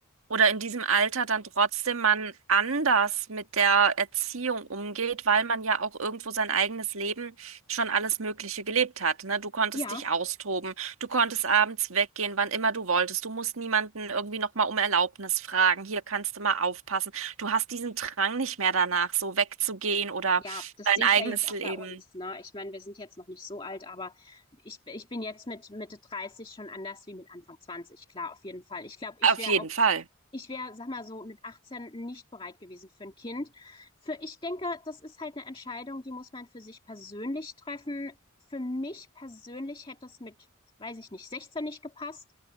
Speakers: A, on the right; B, on the left.
A: oder in diesem Alter dann trotzdem man anders mit der Erziehung umgeht, weil man ja auch irgendwo sein eigenes Leben schon alles Mögliche gelebt hat, ne? Du konntest
B: ja.
A: dich austoben, du konntest abends weggehen, wann immer du wolltest, du musst niemanden irgendwie nochmal um Erlaubnis fragen, hier kannst du mal aufpassen. Du hast diesen Drang nicht mehr danach, so wegzugehen oder
B: Ja, das
A: dein
B: sehe
A: eigenes
B: ich ja jetzt auch
A: Leben.
B: bei uns, ne? Ich meine, wir sind jetzt noch nicht so alt, aber ich, ich bin jetzt mit Mitte 30 schon anders wie mit Anfang 20, klar, auf jeden Fall. Ich glaube, ich
A: Auf
B: wäre
A: jeden
B: auch
A: Fall.
B: ich wäre, sag mal so, mit 18 nicht bereit gewesen für ein Kind. Für, ich denke, das ist halt eine Entscheidung, die muss man für sich persönlich treffen. Für mich persönlich hätte es mit, weiß ich nicht, 16 nicht gepasst.